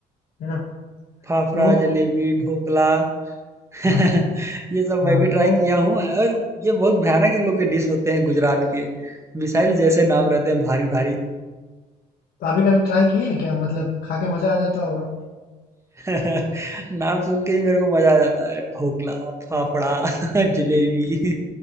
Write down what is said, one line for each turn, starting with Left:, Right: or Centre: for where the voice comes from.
Left: है ना
Right: फाफड़ा
Left: तो
Right: जलेबी ढोकला <laughs>
Left: हाँ
Right: ये सब
Left: हाँ
Right: मैं भी ट्राई
Left: तो
Right: किया हूँ और ये बहुत भयानक इन लोग के डिश होते हैं गुजरात के मिसाइल जैसे नाम रहते हैं भारी भारी
Left: अभी कभी ट्राई किए हैं क्या मतलब खा के मजा आ जाता होगा
Right: <laughs> नाम सुन के ही मेरे को मजा आ जाता है ढोकला फाफड़ा <laughs> जलेबी